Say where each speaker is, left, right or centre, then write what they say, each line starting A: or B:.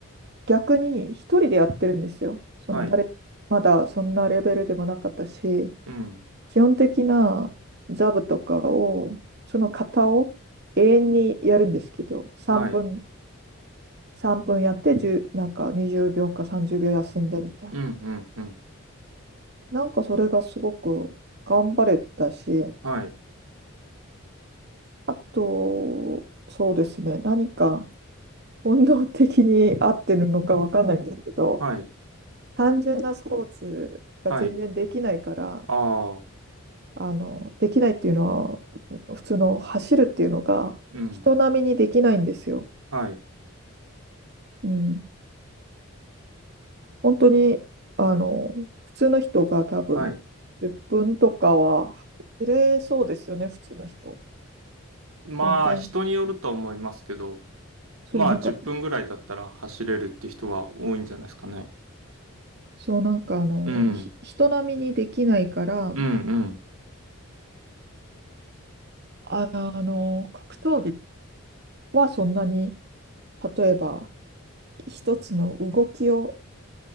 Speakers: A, on the right; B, on the right.
A: 逆に一人でやってるんですよ。その誰、
B: はい。
A: まだそんなレベルでもなかったし、
B: うん。
A: 基本的なザブとかを、その型を永遠にやるんですけど、3分、
B: はい。
A: 3分やって1なんか20秒か30秒休んでみたいな。
B: うん。うん。うん。
A: なんかそれがすごく頑張れたし、
B: はい。
A: あと、そうですね、何か本能的に合ってるのかわかんないんですけど、
B: はい。
A: 単純なスポーツが全然できないから、
B: はい。ああ。
A: あの、できないっていうのは、普通の走るっていうのが人並みにできないんですよ。
B: うん。はい。
A: うん。本当に、あの、普通の人が多分10分とかは走れそうですよね、
B: はい。
A: 普通の人。
B: まあ、
A: 全然、
B: 人によるとは思いますけど、
A: そうなんか、
B: まあ、10分ぐらいだったら走れるって人は多いんじゃないですかね。
A: そうなんかあの、
B: うん。
A: ひ人並みにできないから、
B: うん、うん。
A: あ、あの、格闘技はそんなに、例えば一つの動きを